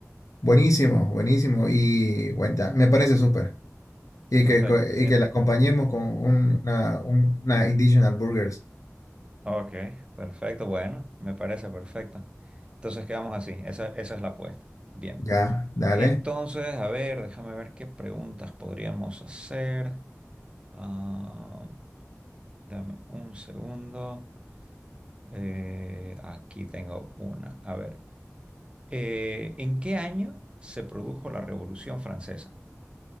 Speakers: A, on the left; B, on the right.
A: Buenísimo, buenísimo, y bueno, ya, me parece súper. Y
B: Perfecto.
A: que, co- y
B: Entonces,
A: que la acompañemos con un- una, un- una Indigenous Burgers,
B: ok, perfecto, bueno, me parece perfecto. Entonces quedamos así, esa, esa es la apuesta. Bien.
A: ¿ya? Dale.
B: Entonces, a ver, déjame ver qué preguntas podríamos hacer. Ah, dame un segundo. Eh, aquí tengo una. A ver, eh, ¿en qué año se produjo la Revolución Francesa?